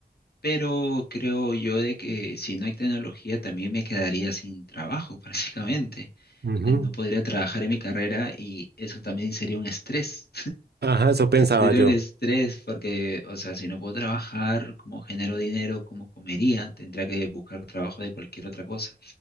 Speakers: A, on the left; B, on the right.
A: pero creo yo de que si no hay tecnología también me quedaría sin trabajo <laughs> prácticamente.
B: Ujú.
A: Eh, No podría trabajar en mi carrera y eso también sería un estrés.
B: Ajá, eso pensaba
A: Yo creo
B: yo.
A: que estrés porque, o sea, si no puedo trabajar, ¿cómo genero dinero? ¿Cómo comería? Tendría que buscar trabajo de cualquier otra cosa.